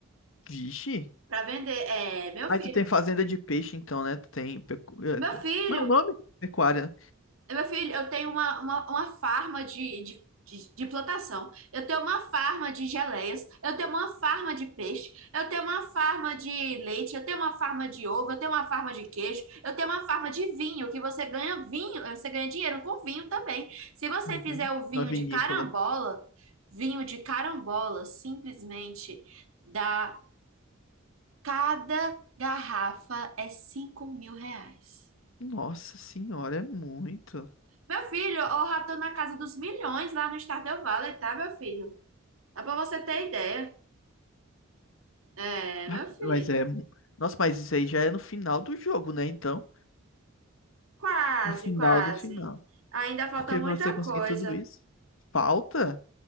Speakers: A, on the left (about 65°); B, on the right (about 75°).
A: Vixe.
B: para vender. É, meu
A: Aí
B: filho.
A: tu tem fazenda de peixe, então, né? Tu tem. Pecu... é,
B: Meu
A: tu-
B: filho,
A: Como é o nome? Pecuária, né?
B: Meu filho, eu tenho uma, uma, uma farma de, de, de, de plantação, eu tenho uma farma de geleias, eu tenho uma farma de peixe, eu tenho uma farma de leite, eu tenho uma farma de ovo, eu tenho uma farma de queijo, eu tenho uma farma de vinho, que você ganha vinho, você ganha dinheiro com vinho também. Se você
A: Uhum.
B: fizer o vinho
A: Uma vinícola.
B: de carambola, vinho de carambola, simplesmente dá cada garrafa é cinco mil reais.
A: Nossa senhora, é muito.
B: Meu filho, o rato na casa dos milhões lá no Stardew Valley, tá, meu filho? Dá pra você ter ideia. É, meu
A: Ah,
B: filho.
A: Mas é. mu- Nossa, mas isso aí já é no final do jogo, né? Então.
B: Quase,
A: No final
B: quase.
A: do final.
B: Ainda falta
A: Porque
B: muita
A: pra você conseguir
B: coisa.
A: tudo isso, falta?